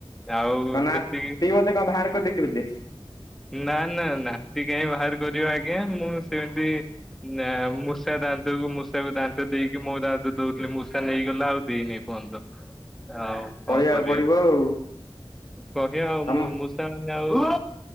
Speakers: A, in the centre; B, on the left.
A: ଆଉ
B: କଣ ନାତି
A: ସେତିକି
B: ବୋଧେ କଣ ବାହାର କରିଦେଇଛି ବୋଧେ
A: ନା ନା ନାତି କହିଁକି ବାହାର କରିବ ଆଜ୍ଞା। ମୁଁ ସେମିତି ନା ମୂଷା ଦାନ୍ତକୁ ମୂଷାକୁ ଦାନ୍ତ ଦେଇକି ମୋ ଦାନ୍ତ ଦଉଥିଲି ମୂଷା ନେଇଗଲା ଆଉ ଦେଇନି ଏ ଏପର୍ଯ୍ୟନ୍ତ ଆଉ। କଣ
B: କହିବାକୁ
A: କରିବା
B: ପଡ଼ିବ ଆଉ।
A: କହିବା ଆଉ
B: ତମ
A: ମୂଷାମାନେ ଆଉ